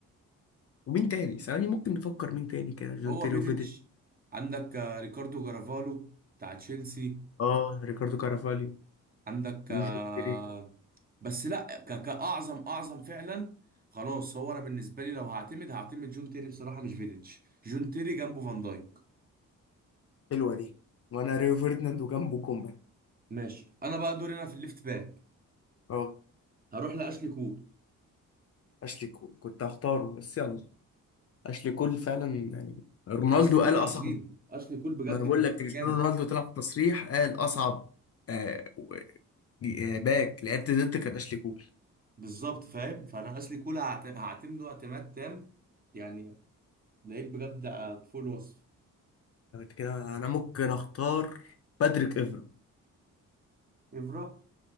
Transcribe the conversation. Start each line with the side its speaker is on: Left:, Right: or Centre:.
Left: ومين تاني ثواني ممكن نفكر مين تاني كده جون
Right: هو
Left: تيري
Right: فيديتش
Left: وفيديتش
Right: عندك آه، ريكاردو جرافالو بتاع تشيلسي
Left: اه ريكاردو كارافاليو
Right: عندك
Left: وجون
Right: آه،
Left: تيري
Right: بس لا ك- كأعظم أعظم فعلا خلاص هو أنا بالنسبة لي لو هعتمد هعتمد جون تيري بصراحة مش فيديتش جون تيري جنبه فان دايك
Left: حلوه دي وانا ريو فيرديناند وجنبه كومباني
Right: ماشي أنا بقى دوري أنا في الليفت باك
Left: اه
Right: هروح لأشلي كول
Left: اشلي كول كنت هختاره بس يلا اشلي كول فعلا يعني رونالدو
Right: أشلي كول
Left: قال
Right: عظيم
Left: اصعب
Right: أشلي كول بجد
Left: ما بقول
Right: كان
Left: لك
Right: متكامل
Left: كريستيانو رونالدو طلع في تصريح قال اصعب آه و- آه، باك لعبت ضد كان اشلي كول
Right: بالظبط فاهم فأنا أشلي كول هعت- هعتمده اعتماد تام يعني لعيب بجد آه، فوق الوصف
Left: أنا قلت كده انا ممكن اختار باتريك افرا
Right: إفرا